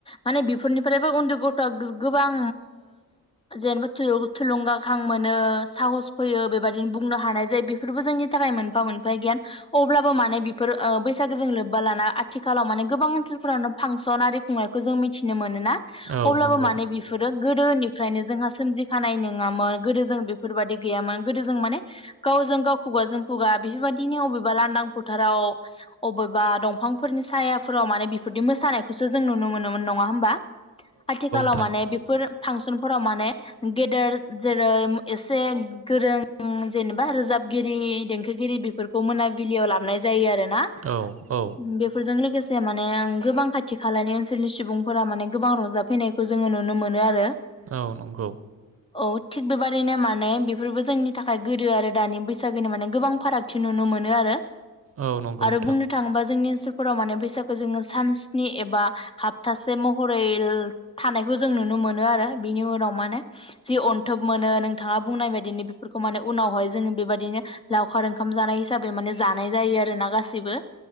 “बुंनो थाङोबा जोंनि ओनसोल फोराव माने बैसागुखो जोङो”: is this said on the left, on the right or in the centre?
Left